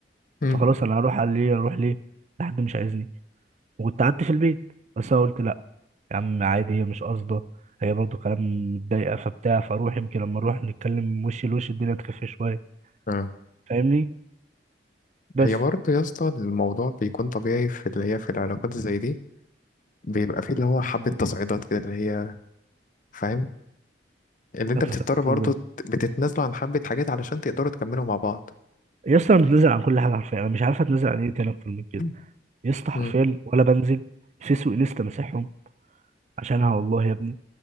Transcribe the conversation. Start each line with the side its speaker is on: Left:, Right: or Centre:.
Left: امم
Right: فخلاص انا هروح على ليه اروح ليه ده حد مش عايزني وكنت قعدت في البيت بس انا قلت لا يا عم عادي هي مش قاصده هي برضو كلام متضايقه فبتاع فاروح يمكن لما اروح نتكلم وش لوش الدنيا تخف شويه
Left: آه.
Right: فاهمني بس
Left: هي برضه يا اسطى الموضوع بيكون طبيعي في اللي هي في العلاقات زي دي بيبقى فيه اللي هو حبة تصعيدات كده اللي هي فاهم اللي انت
Right: اتصرفت
Left: بتضطر برضو
Right: ازاي
Left: ت- بتتنازلوا عن حبة حاجات علشان تقدروا تكملوا مع بعض
Right: يا اسطى انا متنازل عن كل حاجه حرفيا انا مش عارف اتنازل عن ايه تاني اكتر من كده
Left: مم.
Right: يا اسطى حرفيا
Left: مم.
Right: ولا بنزل فيس وانستا مسحهم عشانها والله يا ابني